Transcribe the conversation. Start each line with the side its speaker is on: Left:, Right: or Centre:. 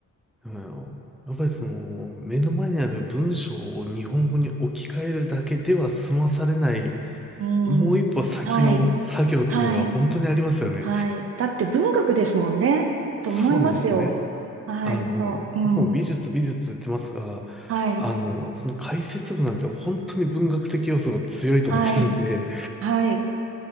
Centre: うんやっぱりその、目の前にある文章を日本語に置き換えるだけでは済まされない、
Right: う
Centre: もう一歩先の作業っていうのが本当にありますよね。
Right: ん。はい。はい。はい。だって文学ですもんね。と思いますよ。
Centre: そうなんですよね。
Right: はい。
Centre: あの、
Right: そう。うん。
Centre: 僕も美術美術と言ってますが、
Right: はい。
Centre: あの、その解説部なんて本当に文学的要素が強いと思ってるんで、
Right: はい。はい。